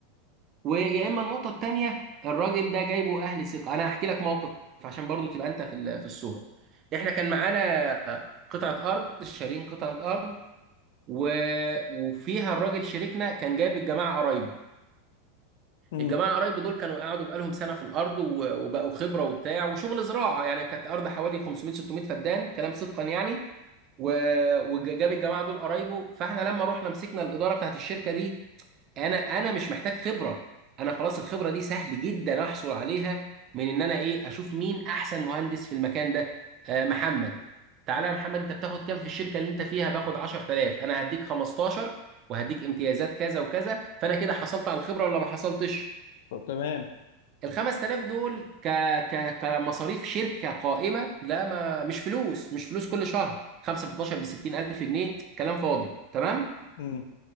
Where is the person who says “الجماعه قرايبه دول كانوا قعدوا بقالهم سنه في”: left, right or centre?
Right